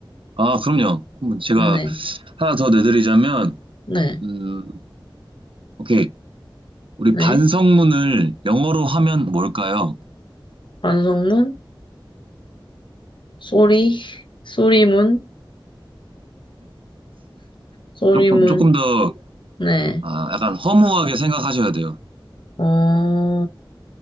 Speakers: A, on the right; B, on the left.
A: 아, 그럼요. 그럼 제가
B: 네,
A: 하나 더 내드리자면,
B: 네,
A: 음, 오케이. 우리
B: 네.
A: 반성문을 영어로 하면 뭘까요?
B: 반성문, 쏘리, 쏘리문, 쏘리문,
A: 조금, 조금 더,
B: 네.
A: 아, 약간 허무하게 생각하셔야 돼요.
B: 어,